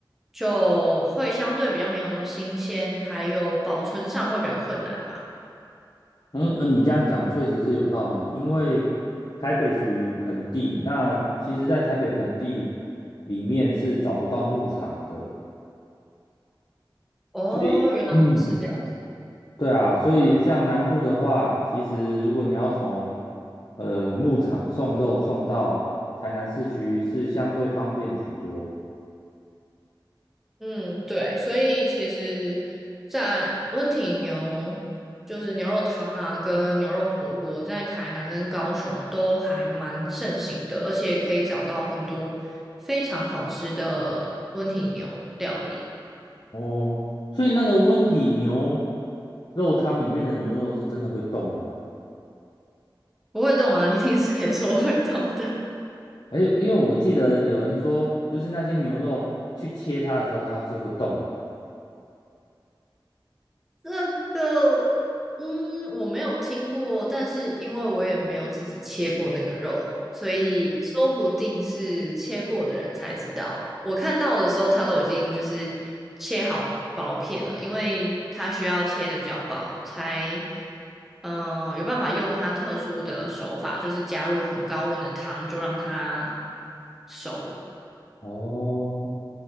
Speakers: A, in the centre; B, on the left.
A: 就会相对比较没有那么新鲜，还有保存上会比较困难吧。
B: 嗯，呃，你这样讲确实是有道理，因为台北属于盆地，那其实在台北盆地里面是找不到牧场的，
A: 哦，
B: 所以嗯，
A: 原来是这样。
B: 对啊，所以像南部的话，其实如果你要从呃牧场送肉送到台南市区，是相对方便许多
A: 嗯，对，所以其实，在温体牛就是牛肉汤啊，跟牛肉火锅，在台南跟高雄都还蛮盛行的，而且可以找到很多非常好吃的温体牛料理。
B: 哦。所以那个温体牛肉汤里面的牛肉是真的会动吗？
A: 不会动啊，你听谁说会动的？
B: 哎，因为我记得有人说，就是那些牛肉去切它的时候，它是会动的。
A: 这个，嗯，我没有听过，但是因为我也没有自己切过那个肉，所以说不定是切过的人才知道。我看到的时候，它都已经就是切好薄片了，因为它需要切的比较薄，才嗯、呃有办法用它特殊的手法，就是加入很高温的汤，就让它熟，
B: 哦，